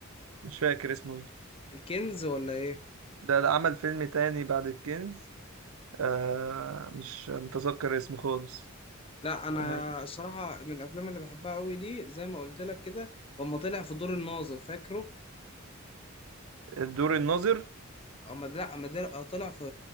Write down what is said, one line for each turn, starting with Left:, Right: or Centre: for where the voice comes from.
Right: مش فاكر اسمه ايه
Left: الكنز ولا ايه
Right: ده ده عمل فيلم تاني بعد الكنز آه، مش متذكر اسمه خالص
Left: لا انا
Right: آه،
Left: الصراحه من الافلام اللي بحبها قوي ليه زي ما قلت لك كده اما طلع في دور الناظر فاكره
Right: الدور الناظر
Left: اما لا اما در- آه، طلع في